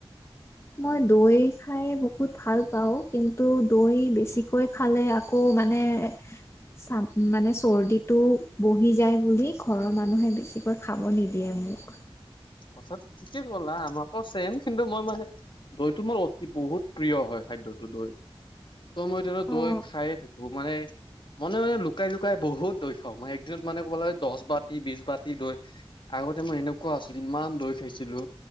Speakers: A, on the left (about 25°); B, on the left (about 55°).
A: মই দৈ খাই বহুত ভাল পাওঁ, কিন্তু দৈ বেছিকৈ খালে আকৌ মানে চাম মানে চৰ্দিত টো বহি যায় বুলি ঘৰৰ মানুহে বেছিকৈ খাব নিদিয়ে মোক।
B: কথাটো ঠিকে ক'লা আমাকো ছেম, কিন্তু মই মানে দৈ টো মোৰ অতি বহুত প্ৰিয় হয় খাদ্যটো দৈ। ত মই ধৰি লোৱা দৈ
A: অ'
B: খায়ে থাকো। মোক মানে মনে-মনে, লুকাই-লুকাই বহুত দৈ খাওঁ, মই একদিনত মানে ক'ব লাগে দহ বাতি, বিছ বাতি দৈ আ আগতে মই এনেকুৱা আছিলোঁ, ইমান দৈ খাইছিলোঁ।